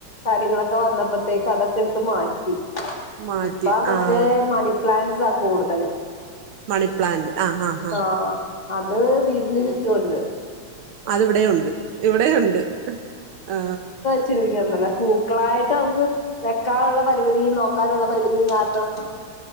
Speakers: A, on the left; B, on the right.
A: കാര്യങ്ങളൊക്കെ വന്നപ്പോത്തേക്ക് അതൊക്കെ എടുത്ത് മാറ്റി
B: മാറ്റി
A: ഇപ്പ മറ്റേ
B: ആഹ്
A: മണി പ്ലാൻസാ കൂടുതല്
B: മണിപ്ലാന്റ് ആഹ് ആഹ് ആഹ്
A: ആഹ അത് വീടിന് ചുറ്റുമുണ്ട്
B: അതിവിടെുണ്ട് ഇവിടെുണ്ട് ആ
A: ചിക്കല്ലേ പൂക്കളായിട്ട് നമുക്ക് വെക്കാനുള്ള പരിമിതി നോക്കാനുള്ള പരിമിതിയും കാരണം <unintelligible>